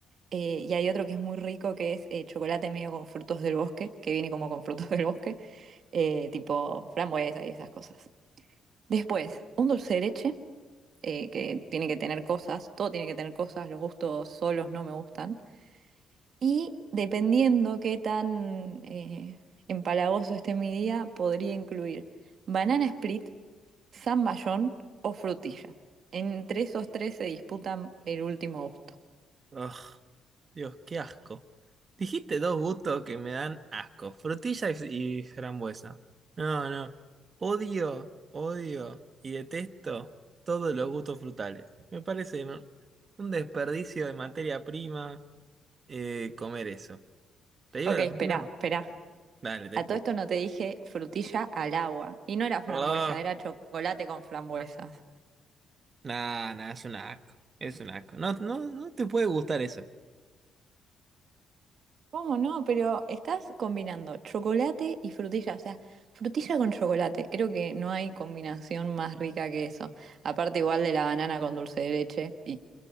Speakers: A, on the right; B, on the right.
A: Eh, y hay otro que es muy rico, que es eh, chocolate medio con frutos del bosque, que viene como con frutos del bosque, eh, tipo frambuesa y esas cosas. Después, un dulce de leche, eh, que tiene que tener cosas, todo tiene que tener cosas, los gustos solos no me gustan. Y dependiendo qué tan eh, empalagoso esté mi día, podría incluir banana split, zamballón o frutilla. Entre esos tres se disputan el último gusto.
B: Ugh. Dios, qué asco. Dijiste dos gustos que me dan asco, frutilla y, y frambuesa. No, no. Odio, odio y detesto todos los gustos frutales. Me parece un, un desperdicio de materia prima eh, comer eso. ¿Te digo
A: Ok,
B: lo
A: espera,
B: mío?
A: espera.
B: Dale, te
A: A
B: escucho.
A: todo esto no te dije frutilla al agua. Y no era frambuesa,
B: Oh,
A: era chocolate con frambuesas.
B: no, no, es un asco. Es un asco. No, no, no te puede gustar eso.
A: ¿Cómo no? Pero estás combinando chocolate y frutilla. O sea, frutilla con chocolate. Creo que no hay combinación más rica que eso. Aparte igual de la banana con dulce de leche y